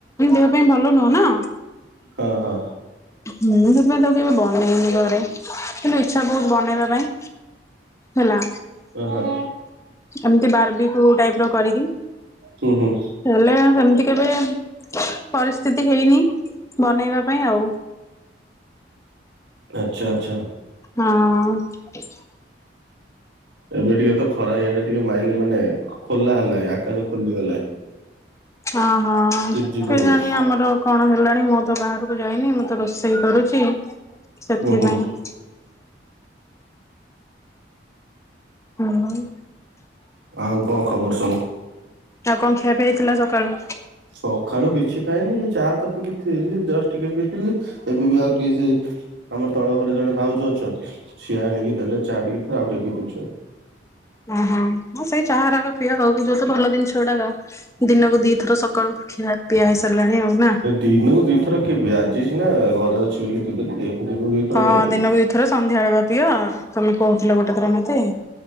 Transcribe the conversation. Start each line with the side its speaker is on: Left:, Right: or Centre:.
Left: ଦେହ ପାଇଁ ଭଲ ନୁହଁ ନା।
Right: ହ ହଁ।
Left: ମୁଁ ସେଥିପାଇଁ ତାକୁ କେବେ ବନେଇନି ଘରେ, କିନ୍ତୁ ଇଚ୍ଛା ବହୁତ୍ ବନେଇବା ପାଇଁ। ହେଲା,
Right: ହଁ ହଁ
Left: ଏମିତି ବାରବି କୋଉ ଟାଇପ୍ ର କରିକି
Right: ହୁଁ ହୁଁ
Left: ହେଲେ, ସେମିତି କି କେବେ ମ ପରିସ୍ଥିତି ହେଇନି ବନେଇବା ପାଇଁ ଆଉ।
Right: ଆଛା ଆଛା।
Left: ହଁ।
Right: ଏବେ ଟିକେ ତ ଖରା ଇଆଡେ ଟିକେ ମାଇଲେ ମାନେ ଖୋଲା ହେଲାଇ ଆକାଶ ଖୋଲିଗଲା।
Left: ହଁ ହଁ।
Right: ଝିପ୍
Left: କେଜାଣି
Right: ହଉଛି।
Left: ଆମର କଣ ହେଲାଣି ମୁଁ ତ ବାହାରକୁ ଯାଇନି ମୁଁ ତ ରୋଷେଇ କରୁଚି ସେଥିପାଇଁ।
Right: ଉୁଁ ହୁଁ
Left: ହୁଁ।
Right: ଆଉ କଣ ଖବର ସବୁ?
Left: ଆଉ କଣ ଖିଆ ପିଆ ହେଇଥିଲା ସକାଳୁ?
Right: ସକାଳୁ କିଛି ଖାଇନି ଏଇ ଚା ତ ପିଇକି ଥିଲି ଜଷ୍ଟ ଟିକେ ପିଇଥିଲି ଏବେ ବି ଆଉ ଟିକେ ସେ ଆମ ତଳ ଘରେ ଜଣେ ଭାଉଜ ଅଛନ୍ତି ସେ ଆଣିକି ଦେଲେ ଚା ଟିକେ ଫେର ଆଉ ଟିକେ ପିଇ ଦଉଚି ଆଉ।
Left: ଅଁ ହଁ। ହଁ ସେଇ ଚାହା ରାକ ପିଆ ଆଉ ଯୋଉ ତ ଭଲ ଦିନସ ଗୁଡାକ ଦିନକୁ ଦି ଥର ସକାଳୁ ଖିଆପିଆ ହେଇ ସାରିଲାଣି ଆଉ ନା?
Right: ଦିନକୁ ଦିଇଥର କିଏ ପିଏ? ଆଜି ସିନା ଘରେ ଅଛି ବୋଲି ପି ଦେଲି। ଦିନକୁ ଦିଥର
Left: ହଁ
Right: କାଇଁ ପିଇବି।
Left: ଦିନ କୁ ଦିଥର ସନ୍ଧ୍ୟାବେଳ ବା ପିଅ। ତମେ କହୁଥିଲ ଗୋଟେ ଥର ମତେ।